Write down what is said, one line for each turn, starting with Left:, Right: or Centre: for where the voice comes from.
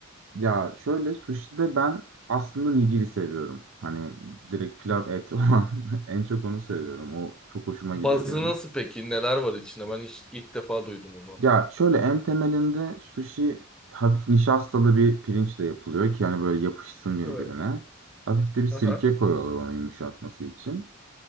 Right: Ya şöyle sushi'de ben aslında nigiri seviyorum. Hani direkt pilav
Centre: Hmm.
Right: et olan <laughs> en çok onu seviyorum. O çok hoşuma
Centre: Bazı
Right: gidiyor benim.
Centre: nasıl peki? Neler var içinde? Ben hiç, ilk defa duydum onu.
Right: Ya şöyle en temelinde sushi hafif nişastalı bir pirinçle yapılıyor ki hani böyle yapışsın birbirine.
Centre: Evet.
Right: Hafif de bir sirke
Centre: Aha.
Right: koyuyorlar onu yumuşatması için.